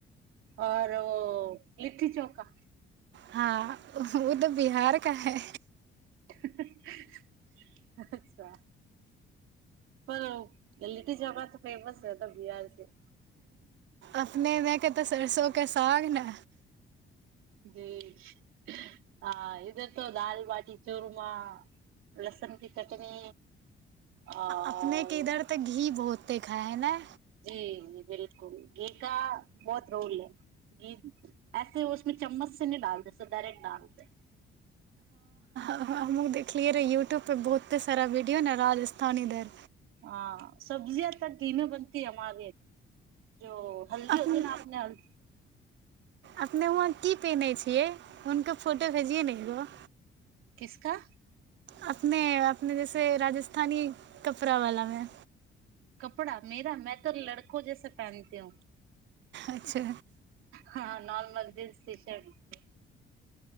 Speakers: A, on the right; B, on the right.
A: आओर ओ लिट्टी चोखा
B: हँ ओ तऽ बिहार का है
A: ह ह अच्छा पर लिट्टी चोखा तऽ फेमस रहता है बिहार से
B: अपने मे के तऽ सरसों क साग ने
A: जी ह इधर त दाल बाटी चूरमा लसन की चटनी आ
B: अपने के इधर तऽ घी बहुत दे खाह हय ने
A: जी जी बिलकुल घी का बहुत रोल है घी ऐसे उसमे चम्मच से नहि डालते से डायरेकट डालते
B: हमहहुँ देखलियै रहे यूट्यूब परे बहुते सारा वीडियो ने राजस्थान इधर
A: आं सब्जिय त घी मे बनती है जो हल्दी
B: अपन
A: होती न अपने हलदी
B: अपने वहाँ की पेन्है छियै हुनकर फोटो भेजिै नेबौ
A: का
B: अपने अपने जैसे राजस्थानी कपड़ा वालामे
A: कपड़ा मेरा में तऽ लड़को जैसे पहनती हू
B: अच्छा
A: ह नॉर्मल ड्रेस टिस्ट